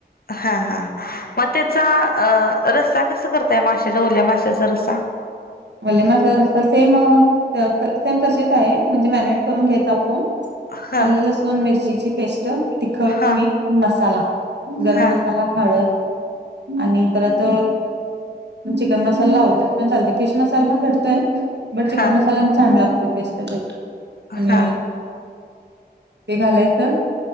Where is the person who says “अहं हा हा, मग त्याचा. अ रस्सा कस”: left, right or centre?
Left